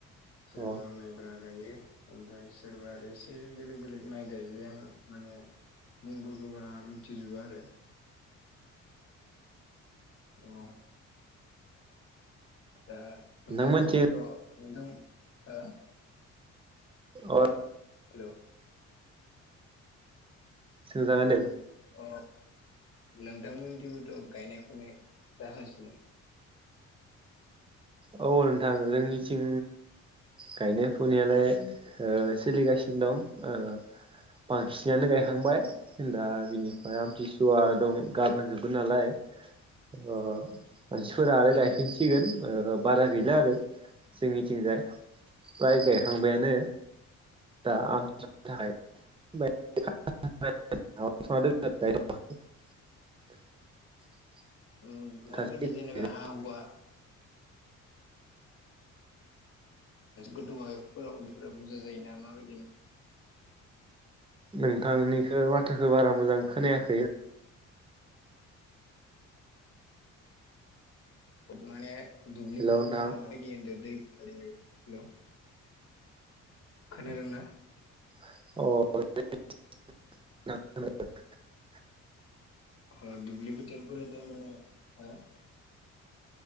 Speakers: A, on the left; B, on the right.
A: सोरबा
B: अ
A: माइब्रा गायो, ओमफ्राय सोरबा आरो एसे बेलेग बेलेग माइ गायो आं माने मुंफोरखौ बारा मिथिजोबा आरो औ दा नोंथांमोन
B: नोंथांमोनथिं
A: थिथ' नोंथां
B: अ
A: हेलौ
B: सोंजागोन दे
A: अ नोंथांमोन दिबोथ' गायनायखौ फुनाय जाहासिनो <inaudible>
B: औ नोंथां जोंनि सिं गायनाय फुनायालाय ओ सोलिगासिनो दं ओ बांसिनानो गायखांबाय
A: अ
B: दा बिनिफ्राय आमथिसुवा दं गाबोन जोबगोन नालाय ओ मानसिफोरा आरो गायफिनसिगोन ओ बारा गैला आरो जोंनिथिंजाय। फ्राय गायखांबायानो दा आं थाखाय <unintelligible>
A: ओ माबादि
B: गायथ'नाय
A: जेनेबा हा हुआ? गोथौफोरा <unintelligible> फोरा बुरजा जायोना माबायदि
B: नोंथांनिखौ माथोखौ बारा मोजां खोनायाखै
A: माने दुलिफोर
B: नोंथां
A: फोरा माबादि होनदों दैे- हेलौ खोनादोंना?
B: अ <unintelligible>
A: अ दुबलि फोथार फोराथ' दा माने हो